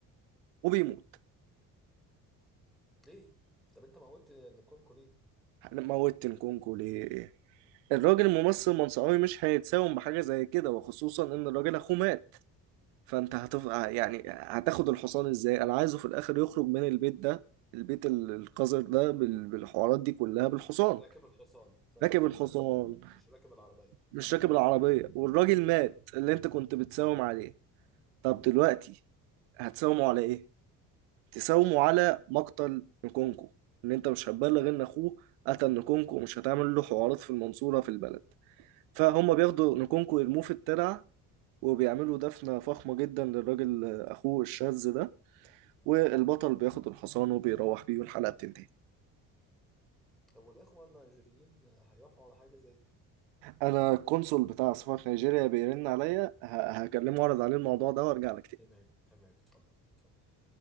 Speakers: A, on the right; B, in the centre.
A: وبيموت
B: ليه؟ طب انت موتت نكونكو ليه؟
A: انا موتت نكونكو ليه الراجل الممثل المنصوري مش هيتساوم بحاجة زي كده وخصوصا ان الراجل اخوه مات فانت هتف... يعني هتاخد الحصان ازاي انا عايزه في الاخر يخرج من البيت ده البيت ال- القذر ده بال... بالحوارات دي كلها بالحصان
B: راكب الحصان راكب
A: راكب
B: الحصان
A: الحصان
B: مش راكب العربية
A: مش راكب العربية والراجل مات
B: اه
A: اللي انت كنت بتساوم عليه طب دلوقتي هتساومه على ايه تساوموا على مقتل نكونكو ان انت مش هتبلغ ان اخوه قتل نكونكو ومش هتعمل له حوارات في المنصورة في البلد فهم بياخدوا نكونكو يرموه في الترعة وبيعملوا دفنة فخمة جدا للراجل آه، أخوه الشاذ ده والبطل بياخد الحصان وبيروح بيه والحلقة بتنتهي
B: طب والإخوة النيجيريين هيوافقوا على حاجة زي دي؟
A: أنا القنصل بتاع سفارة نيجيريا بيرن عليا ه- هكلمه وأعرض عليه الموضوع ده وأرجع لك تاني
B: تمام تمام اتفضل اتفضل